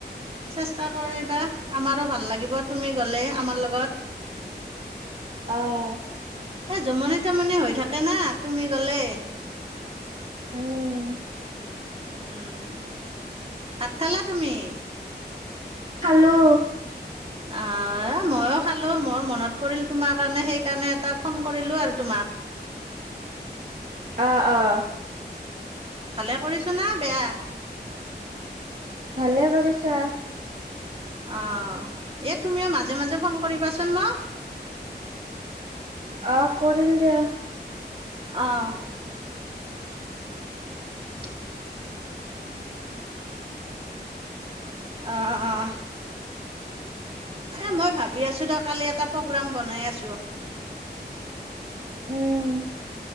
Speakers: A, on the right; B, on the right.
A: চেষ্টা কৰিবা আমাৰো ভাল লাগিব তুমি গ'লে আমাৰ লগত
B: অহ
A: এ জমনি তমনি হৈ থাকে না তুমি গলেই
B: উম
A: উমম ভাত খালা তুমি?
B: খালো।
A: অ মইয়ো খালো মোৰ মনত পৰিল তোমাৰ কাৰণে সেইকাৰণে এটা ফোন কৰিলো আৰু তোমাক।
B: অ অ
A: ভালে কৰিছো না বেয়া?
B: ভালে কৰিছা।
A: অ দে তুমিও মাজে মাজে ফোন কৰিবাচোন মোক।
B: অ কৰিম দিয়া
A: অঁ <inaudible> অ অ এ মই ভাবি আছো দ কালি এটা প্ৰগ্ৰাম বনাই আছো।
B: উম